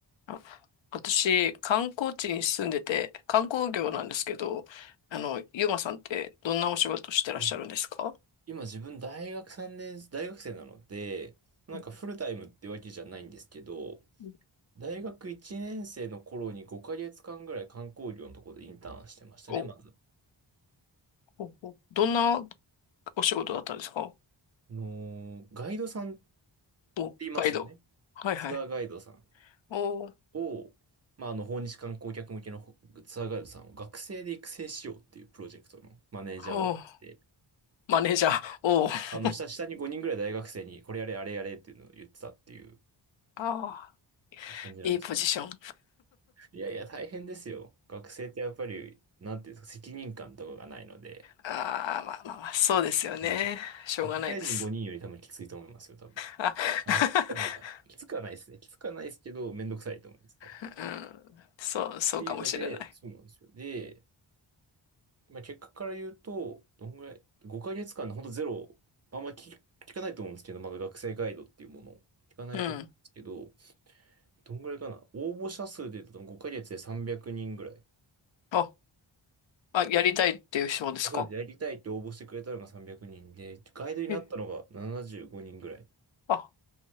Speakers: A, on the left; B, on the right.
A: あ私、観光地に住んでて、観光業なんですけど、あの、ゆうまさんってどんなお仕事してらっしゃるんですか
B: あ今自分大学3年、大学生なので、なんかフルタイムってわけじゃないんですけど、
A: うんうん
B: 大学1年生の頃に5ヶ月間ぐらい観光業のところでインターンしてましたね、
A: お、
B: まず。
A: お、おどんなお仕事だったんですか
B: あのーガイドさんっ
A: お、
B: ていますよね。
A: ガイド。はいはい。
B: ツアーガイドさん。
A: おー、
B: を、まあ、あの、訪日観光客向けのほツアーガイドさんを学生で育成しようっていうプロジェクトのマネージャーをやってて、
A: おー、マネージャー。おー、
B: あの、下、下に5人ぐらい大学生にこれやれ、あれやれっていうのを言ってたっていう
A: あ
B: 感じなんです。
A: ー、いいポジション。
B: いやいや、大変ですよ。学生ってやっぱり、なんていうんですか、責任感とかがないので、
A: ああ、まあまあまあ、そうですよね。
B: あの、
A: しょうがないです。
B: 社会人5人より多分きついと思いますよ、多分。
A: あ、<laughs>
B: あんまきつくはないか。きつくはないですね。きつくはないですけど、めんどくさいと思います、多分。っ
A: うん、そう、そうかもしれない。
B: ていうので、そうなんですよ。で、まあ、結果から言うと、どんぐらい、5ヶ月間で本当ゼロ、あんまり聞、聞かないと思うんですけど、まだ学生ガイドっていうものを聞かないと思うんですけど、
A: うん。
B: どんぐらいかな。応募者数で言うと5ヶ月で300人ぐらい。
A: あ、あ、やりたいっていう人ですか
B: あ、そうです。やりたいって応募してくれたのが300人で、ガイドになったのが75人ぐらい。
A: え、あ